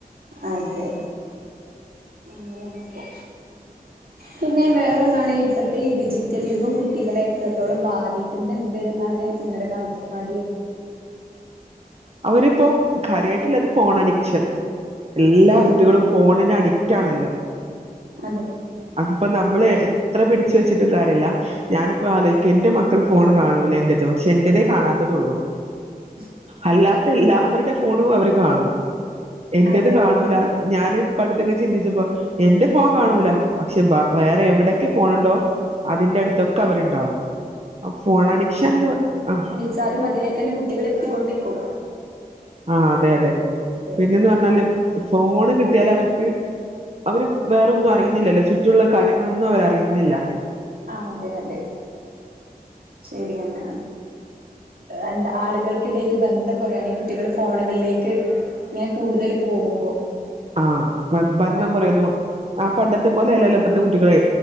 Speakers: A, on the right; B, on the right.
A: അതെ ഇങ്ങനെയാണിപ്പൊ
B: <inaudible>
A: പിന്നെവേറൊന്നാണ് ഇപ്പോത്തെ ഈ ഡിജിറ്റൽ യുഗം കുട്ടികളെ എത്രത്തോളം ബാധിക്കുന്നുണ്ട് എന്നാണ് നിങ്ങളുടെ കാഴ്ചപാടില്
B: അവരിപ്പോം കാര്യയിട്ടില്ലത് ഫോൺ അഡിക്ഷൻ എല്ലാ
A: അതെ
B: കുട്ടികളും ഫോണിന് അടിക്റ്റാണല്ലോ
A: അതെ
B: അതിപ്പോ നമ്മള് എത്ര പിടിച്ച് വെച്ചിട്ടും കാര്യല്ല ഞാനിപ്പോ ആലോയിക്ക ന്റെ മക്ക ൾ ഫോണ് കാണൂല എന്റേത് പക്ഷെ എന്റേത് കാണാത്തതൊള്ളൂ
A: <inaudible>
B: അല്ലാത്ത എല്ലാവരുടെ ഫോണും അവര് കാണും എന്റേത്
A: അതെ
B: കാണൂല ഞാന് ടുത്തെ തന്നെ ചിന്തിച്ചപ്പോ എന്റെ ഫോൺ കാണൂല പക്ഷെ ബാ വേറെ എവിടെക്കെ ഫോണുണ്ടോ അതിന്റെ അടുത്തൊക്കെ അവരുണ്ടാവും ആ ഫോൺ അഡിക്ഷൻന്ന് ആഹ്
A: വച്ചാലും അതിലേക്ക് തന്നെ കുട്ടികൾ എത്തിക്കൊണ്ടിക്കും
B: ആഹ് അതെ അതെ
A: അതെ
B: പിന്നെന്ന് പറഞ്ഞാല് ഫോണ് കിട്ടിയാൽ അവർക്ക് അവര് വേറൊന്നും അറിയുന്നില്ലല്ലോ ചുറ്റുള്ള കാര്യങ്ങളൊന്നും അവർ അറിയുന്നില്ല
A: ആഹ് അതെ അതെ ശരി യാണ് എന്താ ആളുകൾക്കിടയില് ബന്ധം കൊറയാണ് കുട്ടികൾ ഫോണുകളിലേക്ക് ഇങ്ങനെ കൂടുതല് പോകുമ്പോ
B: ആഹ് ബന്ധങ്ങൾ
A: അതെ
B: കുറയുന്നു ആഹ് പണ്ടത്തെ പോലെ അല്ലല്ലൊ ഇപ്പത്തെ കുട്ടികള്